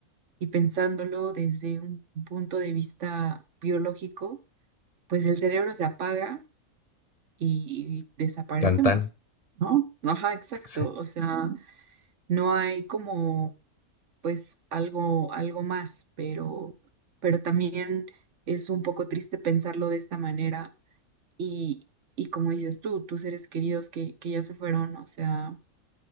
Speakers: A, on the right; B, on the left.
A: y pensándolo desde un punto de vista biológico, pues el cerebro se apaga y desaparecemos,
B: Tan tan,
A: ¿no? Ajá, exacto.
B: qué sé.
A: O sea, no hay como, pues, algo, algo más, pero, pero también es un poco triste pensarlo de esta manera y, y como dices tú, tus seres queridos que, que ya se fueron, o sea,